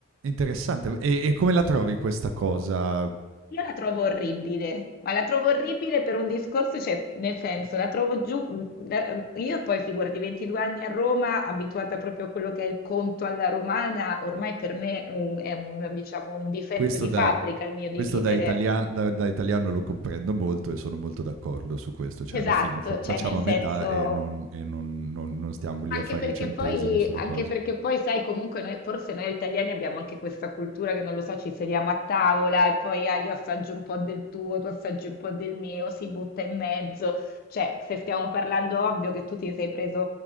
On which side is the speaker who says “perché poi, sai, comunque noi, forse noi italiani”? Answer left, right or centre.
Left